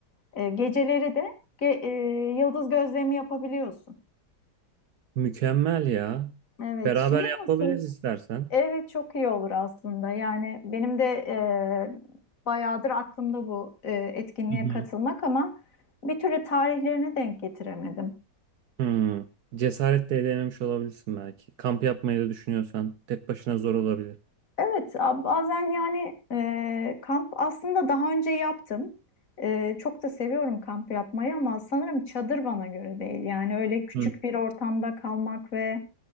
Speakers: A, on the left; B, on the right.
A: E, geceleri de ge- e, yıldız gözlemi yapabiliyorsun.
B: Mükemmel ya.
A: Evet,
B: Beraber
A: Şile
B: yapabiliriz
A: nasıl?
B: istersen.
A: Evet çok iyi olur aslında. Yani benim de e, bayağıdır aklımda bu e, etkinliğe
B: Hı hı.
A: katılmak ama bir türlü tarihlerine denk getiremedim.
B: Hmm. Cesaret de edememiş olabilirsin belki. Kamp yapmayı da düşünüyorsan tek başına zor olabilir.
A: Evet, a- bazen yani e, kamp aslında daha önce yaptım. E, çok da seviyorum kamp yapmayı ama sanırım çadır bana göre değil. Yani öyle küçük
B: Hı.
A: bir ortamda kalmak ve